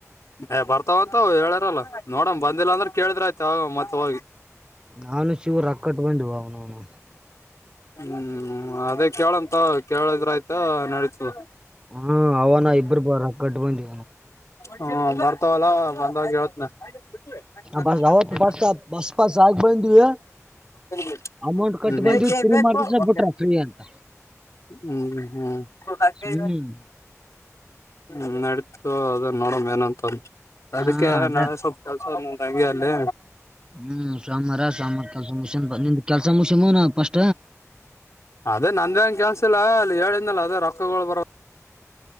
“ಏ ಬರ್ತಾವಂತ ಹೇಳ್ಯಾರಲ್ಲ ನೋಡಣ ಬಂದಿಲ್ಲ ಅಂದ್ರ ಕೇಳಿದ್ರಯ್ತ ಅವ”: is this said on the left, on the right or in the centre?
Left